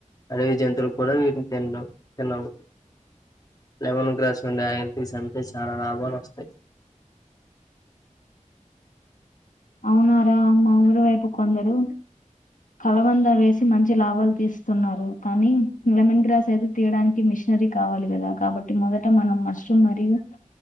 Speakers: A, on the left; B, on the left.
A: అలావి జంతువులు కూడా విట్నీ తిందు తినవు. లెమన్ గ్రాస్ల ఉండే అవి తీసి అమ్మితే చాలా లాభాలొస్తాయి
B: అవునారా మా ఊరి వైపు కొందరు కలబంద వేసి మంచి లాభాలు తీస్ తున్నరు కానీ లెమన్ గ్రాస్ అయితే తీయడానికి మిషనరీ కావాలి కదా కాబట్టి మొదట మనం మష్రూమ్ మరియు